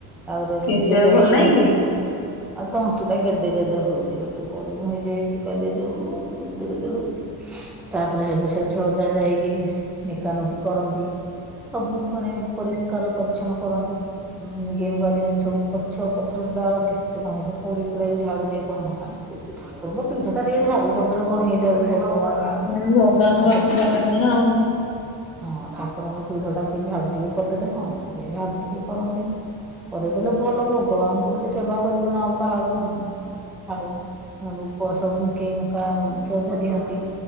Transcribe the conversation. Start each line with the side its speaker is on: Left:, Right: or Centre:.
Centre: ତାପରେ
Left: କେମିତି
Centre: ନି ସିଏ
Left: ଆଉ
Centre: ଯାଇକିନି
Left: ଭଲ ନାଇଁ କି?
Centre: ଆଉ ତଣ୍ଟିଟା ଗେଦେ ଗେଦେ ହଉଚି ଏଟୁ ଗରମ ହେଇ ଯାଇଚି କାଲି ଯୋଉ ଗେଦେ ଗେଦେ ହଉଚି। ତାପରେ ହେଟୁ ସେଇଠି ଅଜା ଯାଇକି ନିକାନୁକି କରନ୍ତି। ସବୁ ମାନେ ଏମିତି ପରିଷ୍କାର ପରିଚଛନ୍ନ କରନ୍ତି ଉଁ ନିକେଇ ନୁକା ଦିଅନ୍ତି ସବୁ ଗଛ ପ ଚ ଡାଳ କେତେ କଣ ହେଇଥ ପଡ଼ି ପୁଡ଼ାକି ଝାଡ଼ୁ କେହି କରିନଥାନ୍ତି କେତେ ଓହୋ ପୀଠଟା ଟିକେ ଝାଡୁ କରିଦେଲେ କଣ ହେଇଯାଉଚି ଖା ଭଗବାନଙ୍କୁ
Left: ହୁଁ ଭଗବାନଙ୍କ
Centre: ଠାକୁ
Left: କୃପା ପାଇଁ ନା ଆଉ।
Centre: ହଁ ଠା ମୋ ପୀଢ଼ଟା କିଏ ଝାଡ଼ୁ ଟିକେ କରିଦେଲେ ହନ୍ତା ହାରି ଝାଡ଼ୁ ଟିକେ କରନ୍ତିନି। କରିଦେଲେ ଭଲ ଭଗବାନଙ୍କୁ ଟିକେ ସେବା କରିବନି ଆଉ ପାହ ଉଁ ଛାଡ଼ୁ ଉଁ ନୁକ ସବୁ ନିକେଇ ନୁକା ସଜ ଦିଅନ୍ତି।